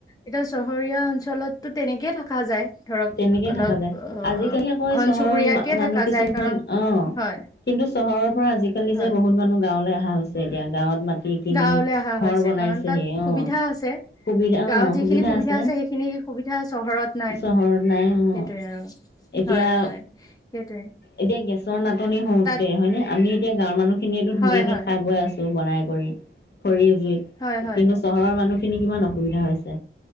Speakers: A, on the left (about 15°); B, on the left (about 55°).
A: এতিয়া চহৰীয়া অঞ্চলতো তেনেকেই থাকা যায়। ধৰক
B: তেনেকেই
A: অলপ
B: থাককা যায়।
A: অ
B: আজিকালি আকৌ
A: ঘন
B: এই চহৰৰ
A: চুবুৰীয়াকে
B: মানুহ
A: থকা
B: কিছুমান
A: যায় কাৰণ
B: অ
A: হয়
B: কিন্ত। চহৰৰ পৰা আজিকালি
A: হয়
B: যে, বহুত মানুহ গাঁওলৈ আহা হৈছে এতিয়া গাঁৱত ম। কিনি
A: গাঁৱলৈ অহা
B: ঘৰ
A: হৈছে
B: বনাইছেহি
A: কাৰণ তাত সুবিধা
B: অ।
A: আছে
B: সুবিধা
A: গাঁৱত
B: অ
A: যিখিনি
B: সুবিধা আছে
A: সেইখিনি সুবিধা চহৰত নাই
B: চহৰত। নাই অ
A: সেইটোৱে আৰু
B: এতিয়া
A: হয় হয় সেইটোৱে
B: এতিয়া গেছ। গেছৰ নাটনি হওঁতে
A: তাত
B: হয় ননে আমি এতিয়া গাঁৱৰ মানুহখিনিয়েতো ধুনীয়াকৈ
A: হয় হয়
B: খাই বৈ আছোঁ। বনাই কৰি, খৰি জুইত
A: হয় হয়
B: কিন্তু চহৰৰ মানুহখিনি কিমান অসুবিধা হৈছে।